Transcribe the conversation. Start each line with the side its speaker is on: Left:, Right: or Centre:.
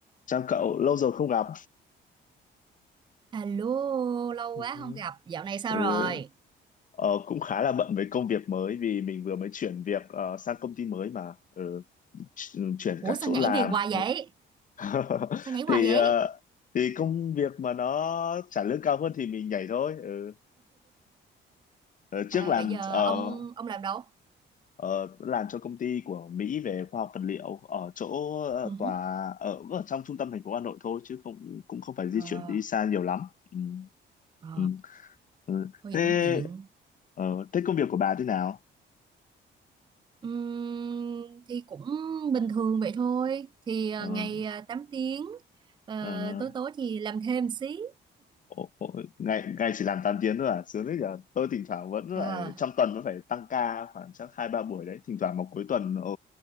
Left: Chào cậu, lâu rồi không gặp.
Right: Alo, lâu
Left: Ừ.
Right: quá không gặp, dạo này sao
Left: Ừ,
Right: rồi?
Left: ờ, cũng khá là bận với công việc mới vì mình vừa mới chuyển việc ờ, sang công ty mới mà ừ, ch- chuyển
Right: Ủa
Left: cả
Right: sao
Left: chỗ
Right: nhảy
Left: làm.
Right: việc hoài vậy?
Left: Ừ. <laughs>
Right: Sao nhảy hoài
Left: Thì
Right: vậy?
Left: ờ, thì công việc mà nó trả lương cao hơn thì mình nhảy thôi. Ừ. Ờ, trước
Right: Ờ,
Left: làm
Right: vậy giờ
Left: ờ,
Right: ông ông làm đâu?
Left: Ờ, làm cho công ty của Mỹ về khoa học vật liệu ở chỗ ờ,
Right: Ừ
Left: tòa
Right: hứ.
Left: ở, ở trong trung tâm thành phố Hà Nội thôi chứ không cũng không phải
Right: Ờ,
Left: di chuyển đi xa nhiều lắm. Ừ.
Right: ờ,
Left: Ừ. Ừ.
Right: thôi vậy
Left: Thế
Right: cũng tiện.
Left: ờ, thế công việc của bà thế nào?
Right: Ừm, thì cũng bình thường vậy thôi. Thì ờ,
Left: Ờ,
Right: ngày ờ, 8 tiếng, ờ,
Left: ờ,
Right: tối tối thì làm thêm xí.
Left: ồ, ồ, ngày ngày chỉ làm 8 tiếng thôi à? Sướng đấy nhở. Tôi thỉnh thoảng vẫn
Right: Ờ,
Left: phải trong tuần vẫn phải tăng ca khoảng chắc hai ba buổi đấy. Thỉnh thoảng vào cuối tuần ờ,